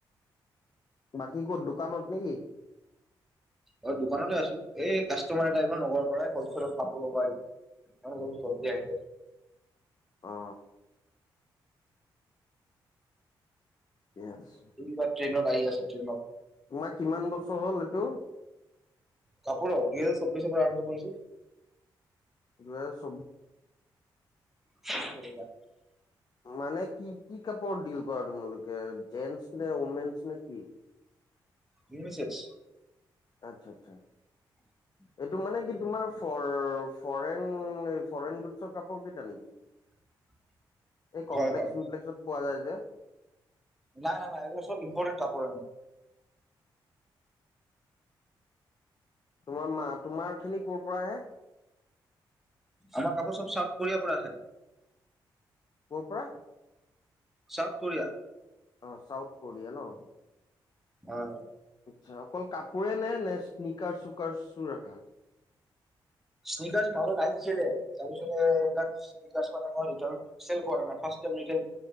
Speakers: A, on the left; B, in the centre.
A: বাকী ক'ত দোকানত নেকি?
B: অ দোকানতে আছো, এই কাষ্টমাৰ এটা আহিগল নগৰৰ পৰাই সজ ষ্টোৰত কাপোৰ লব আহিব, অ অলপ জল্দি আহিব।
A: অ কে আছে।
B: সি কিবা ট্ৰেইনত আহি আছে ট্ৰেইনত।
A: তোমাৰ কিমান বছৰ হ'ল, এইটো?
B: কাপোৰৰ বিয়েচ ছব্বিশৰ পৰা আৰম্ভ কৰিছো।
A: দুইহেজাৰ ছব্ব
B: <unintelligible> পইবা।
A: মানে কি কি কাপোৰ ডিল কৰা তোমালোকে জেন্টচ নে, ও'মেনচ নে কি?
B: ইউনিছেক্স।
A: আচ্ছা আচ্ছা।
B: উ
A: এইটো মানে কি তোমাৰ ফৰ ফৰেন, ফৰেন গুডছৰ কাপোৰ কেইটা নেকি?
B: <inaudible>
A: এই কমপ্লেক্স
B: হয়
A: চমপ্লেক্সত পোৱা যায় যে?
B: নাই নাই নাই এইবো চব ইম্পৰটেন কাপোৰ
A: তোমাৰ মা, তোমাৰ খিনি ক'ৰ পৰা আহে?
B: আমাৰ কাপোৰ সব চাউথ কোৰিয়াৰ পৰা আহে।
A: ক'ৰ পৰা?
B: South Korea.
A: অঁ চাউথ কৰিয়া ন!
B: হয়।
A: চা অকল কাপোৰে নে, নে স্নিকাৰ চুকাৰচু ৰাখা?
B: স্নিকাৰ মাজত আহিছিলে। তাৰপিছতে এবিলাক স্নিকাৰচ মানে চেল কৰা নাই। ফাচ সব ৰিতেল,